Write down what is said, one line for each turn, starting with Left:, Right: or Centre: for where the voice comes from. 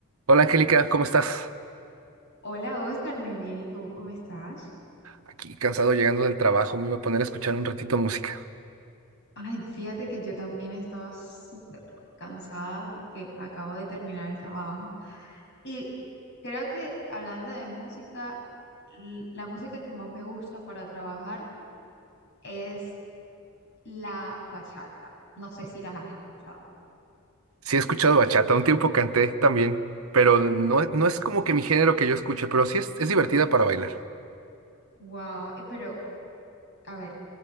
Right: Hola Angélica, ¿cómo estás?
Left: Hola Oscar, muy bien. ¿Y tú cómo estás?
Right: Aquí cansado llegando del trabajo, me iba a poner a escuchar un ratito música.
Left: Ay, fíjate que yo también estaba súper cansada porque acabo de terminar el trabajo. Y creo que hablando de música, l- la música que más me gusta para trabajar es la bachata. No sé si las has escuchado.
Right: Sí he escuchado bachata, un tiempo canté también, pero no, no es como que mi género que yo escuche, pero sí es, es divertida para bailar.
Left: Wow, pero a ver,